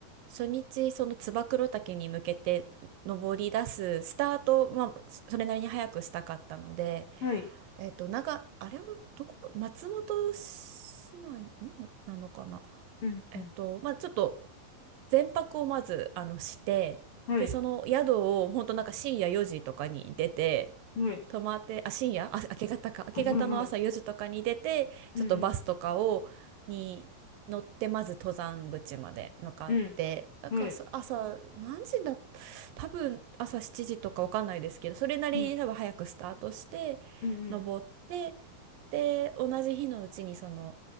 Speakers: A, on the right (about 75°); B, on the left (about 75°).
A: 初日、その燕岳に向けて登り出すスタート、まあ、それなりに早くしたかったので、
B: ん。はい。
A: えっと、長、あれはどこ、松本市内んななのかな。
B: うんうん。
A: えっと、まあ、ちょっと、前泊をまず、あの、して、
B: はい。
A: で、その宿を、本当なんか深夜4時とかに出て、
B: はい。
A: 泊まって、あ、深夜、あ、明け方か。明け方の朝4時とかに出て、
B: はいはいはい。
A: ちょっとバスとかを、
B: うん
A: に乗って、まず登山口まで向かって、
B: うん。
A: なんかそ朝、
B: うん。はい。
A: 何時だ、多分朝7時とかわかんないですけど、それなりに多分早くスタートして、
B: はい。うんう
A: 登って、で、同じ日のうちにその、